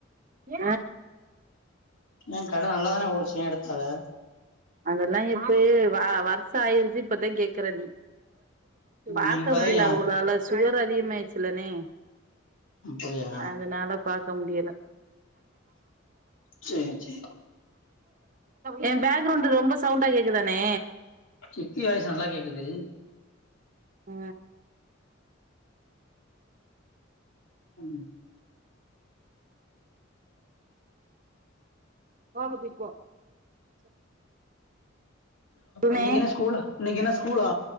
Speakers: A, on the right; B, on the left.
A: ஏ
B: ஏ கடை நல்லாதான ஓடிச்சு ஏ எடுத்தாரு
A: அதெல்லா எப்பயே வ வருஷோ ஆயிருச்சு இப்பதா கேக் கற நீ பார்க்க
B: ம் இப்பதா
A: முடியல
B: ஏ
A: அவுங்களால சுகர் அதிகமாயிருச்சுல்லணே
B: அப்படியா
A: அதனால பாக்க முடியல
B: சேரி சேரி
A: ஏ பேக்குரவுண்டடு ரொம்ப சவுண்டா கேக்குதாண்ணே
B: சித்தி வாய்ஸ் நல்லா கேக்குது
A: அ
B: ம்
A: ஓரமா தூக்கிட்போ அண்ணே
B: இன்னைக்கு என்ன ஸ்கூல்லா இன்னைக்கு என்ன ஸ்கூல்லா